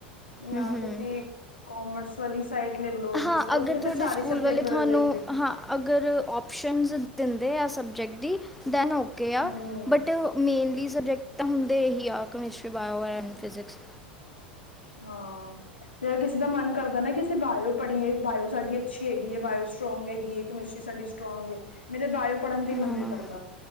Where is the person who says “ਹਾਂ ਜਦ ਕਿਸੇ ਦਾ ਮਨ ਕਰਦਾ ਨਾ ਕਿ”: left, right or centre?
Left